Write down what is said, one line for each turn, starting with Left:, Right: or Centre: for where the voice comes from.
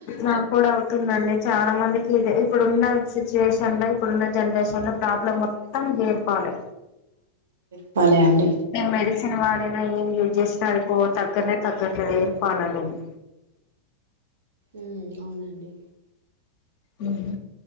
Left: నాకు కూడా అవుతుంది అవుతుందండి చాలా మందికి ఇ ఇప్పుడున్న సిచ్యువేషన్ ల ఇప్పుడున్న జనరేషన్ లో ప్రాబ్లం మొత్తం హెయిర్ ఫాలే
Right: ఫాలే అండి
Left: మెడిసిన్ వాడినా ఏం యూజ్ చేస్తున్నా తగ్గనే తగ్గట్లేదు హెయిర్ ఫాలనేది
Right: ఉమ్మ్ అవునండి
Left: మ్మ్